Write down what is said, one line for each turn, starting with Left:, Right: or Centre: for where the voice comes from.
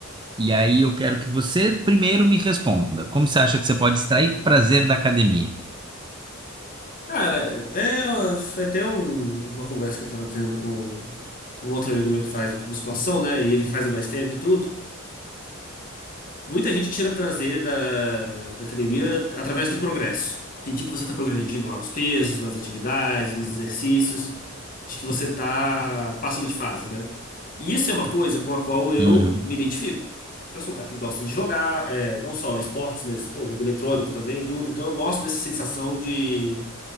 Right: E aí eu quero que você primeiro me responda. Como você acha que você pode extrair prazer da academia?
Left: Cara, é, foi até um- uma conversa que eu tava tendo com um outro amigo meu que faz musculação, né? E ele faz há mais tempo e tudo. Muita gente tira prazer da, da academia através do progresso. Sentir que você tá progredindo lá nos pesos, nas atividades, nos exercícios, de que você tá passando de fase, né? E isso é uma coisa com a qual eu
Right: Uhum,
Left: me identifico. Eu sou um cara que gosta de jogar, é, não só esportes, mas, pô, jogo eletrônico também, e tudo. Então eu gosto dessa sensação de,